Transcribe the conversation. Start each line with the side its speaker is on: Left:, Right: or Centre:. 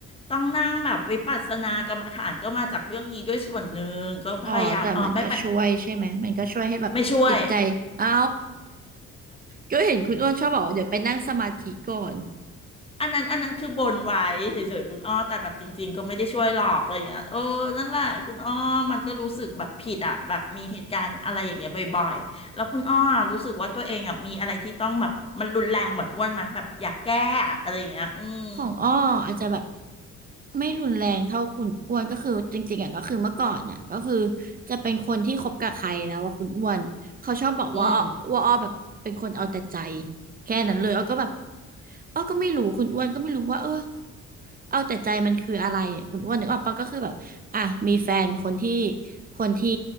Left: ต้องนั่งแบบวิปัสสนากรรมฐานก็มาจากเรื่องนี้ด้วยส่วนหนึ่งก็พยายามอ๋อไม่ไป
Right: อ๋อ แต่มันก็ช่วยใช่ไหม มันก็ช่วยให้แบบจิตใจ
Left: ไม่ช่วย
Right: เอ้าก็เห็นคุณอ้วนชอบบอกว่าเดี๋ยวไปนั่งสมาธิก่อน
Left: อันนั้นอันนั้นคือบนไว้เฉยๆคุณอ้อแต่แบบจริงๆก็ไม่ได้ช่วยหรอกอะไรอย่างเงี้ยเออนั่นแหละคุณอ้อมันก็รู้สึกแบบผิดอ่ะแบบมีเหตุการณ์อะไรอย่างเงี้ยบ่อยๆแล้วคุณอ้อรู้สึกว่าตัวเองอ่ะมีอะไรที่ต้องแบบมันรุนแรงเหมือนอ้วนมาแบบอยากแก้อะอะไรอย่างเงี้ยอืม
Right: ของอ้ออาจจะแบบไม่รุนแรงเท่าคุณอ้วนก็คือจริงๆอ่ะก็คือเมื่อก่อนอ่ะก็คือจะเป็นคนที่คบกับใครแล้วว่าคุณอ้วนเขาชอบบอกว่าอ้อว่าอ้อแบบเป็นคนเอาแต่ใจ
Left: อืม
Right: แค่นั้นเลยอ้อก็แบบอ้อก็ไม่รู้คุณอ้วนก็ไม่รู้ว่าเออ เอาแต่ใจมันคืออะไรอะคุณอ้วนนึกออกปะก็คือแบบอ่ะมีแฟนคนที่คนที่